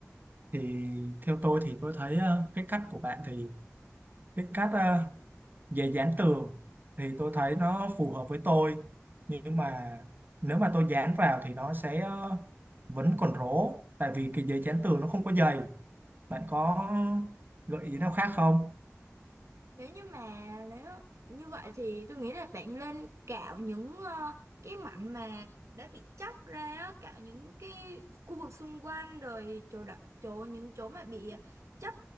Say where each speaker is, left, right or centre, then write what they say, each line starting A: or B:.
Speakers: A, on the right; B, on the right.
A: thì theo tôi thì tôi thấy ờ, cái cách của bạn thì cái cách ờ, về dán tường thì tôi thấy nó phù hợp với tôi. Nhưng mà nếu mà tôi dán vào thì nó sẽ ờ, vẫn còn rỗ tại vì cái giấy dán tường nó không có dày. Bạn có gợi ý nào khác không?
B: Nếu như mà nếu như vậy thì tôi nghĩ là bạn nên cạo những ờ, cái mảnh mà đã bị chóc ra á, cạo những cái khu vực xung quanh rồi chỗ đặt chỗ những chỗ mà bị chóc